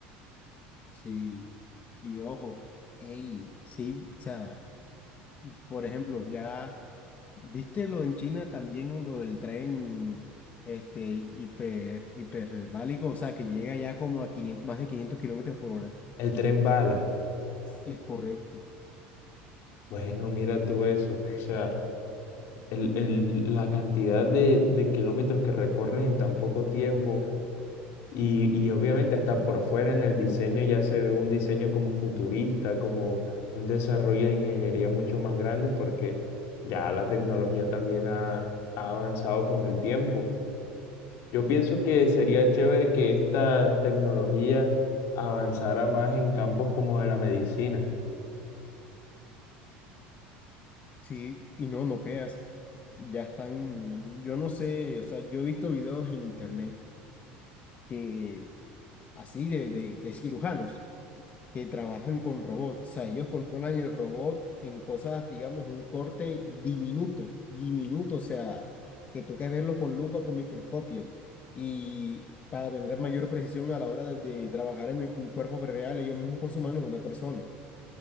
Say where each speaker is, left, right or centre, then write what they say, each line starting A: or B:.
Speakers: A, on the left; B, on the left.
A: Sí. Y ojo, ey, sí, o sea, por ejemplo, ya. ¿Viste lo en China también, lo del tren este, hiper, hiperbálico? O sea, que llega ya como a 500 más de 500 kilómetros por hora.
B: El tren bala,
A: Es correcto.
B: bueno, mira tú eso, o sea, el- el- la cantidad de, de kilómetros que recorres en tan poco tiempo, Y, y obviamente hasta por fuera en el diseño ya se ve un diseño como futurista, como un desarrollo de ingeniería mucho más grande porque ya la tecnología también ha, ha avanzado con el tiempo. Yo pienso que sería chévere que esta tecnología avanzara más en campos como de la medicina.
A: Sí, y no, no creas. Ya están, yo no sé, o sea, yo he visto videos en internet que así de, de, de cirujanos que trabajan con robots. O sea, ellos controlan el robot en cosas, digamos, un corte diminuto, diminuto, o sea, que toca verlo con lupa, con microscopio. Y para tener mayor precisión a la hora de, de trabajar en el- un cuerpo real, ellos mismos con sus manos de una persona,